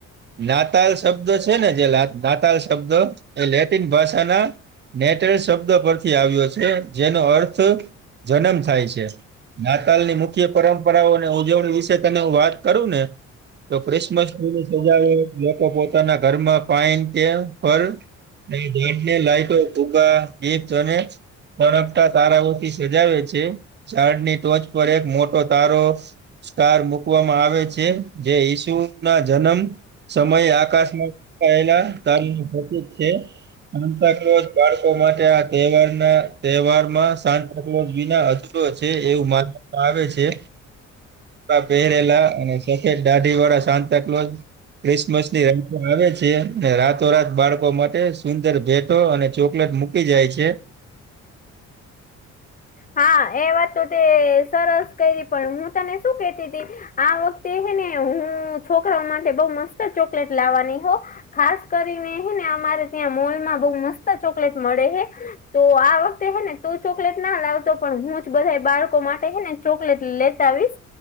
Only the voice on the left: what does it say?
હા એ વાત તો તે સરસ કરી પણ હું તને શું કેતી હતી. આ વખતે હેને હું છોકરાઓ માટે બઉ મસ્ત ચોકલેટ લાવવાની હો. ખાસ કરીને હેને અમારે ત્યાં મોલમાં બઉ મસ્ત ચોકલેટ મળે હે. તો આ વખતે હે ને તું ચોકલેટ ના લાવ તો પણ હું જ બધા બાળકો માટે હેને ચોકલેટ લેતા આવીશ.